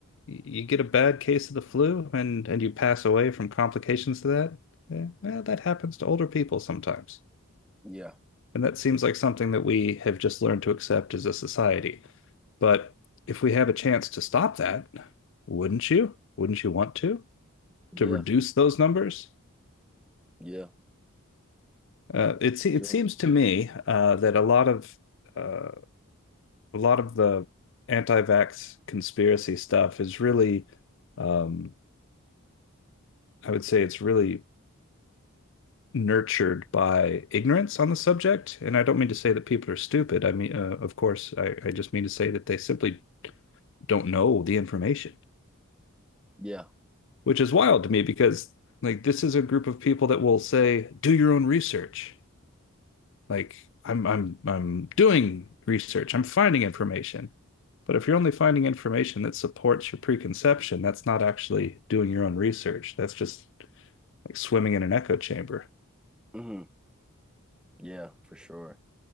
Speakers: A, on the left; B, in the centre.
A: you get a bad case of the flu and and you pass away from complications to that. Yeah, well, that happens to older people sometimes.
B: yeah,
A: And that seems like something that we have just learned to accept as a society. But if we have a chance to stop that, wouldn't you? Wouldn't you want to?
B: yeah,
A: To reduce those numbers?
B: yeah,
A: Uh, it it
B: sure.
A: seems to me uh, that a lot of uh, a lot of the anti-vax conspiracy stuff is really, um, I would say, it's really nurtured by ignorance on the subject. And I don't mean to say that people are stupid. I mean, uh, of course, I, I just mean to say that they simply don't know the information,
B: Yeah.
A: which is wild to me because like this is a group of people that will say, do your own research. Like I'm I'm I'm doing research, I'm finding information. But if you're only finding information that supports your preconception, that's not actually doing your own research. That's just like swimming in an echo chamber.
B: Mhm. Yeah, for sure.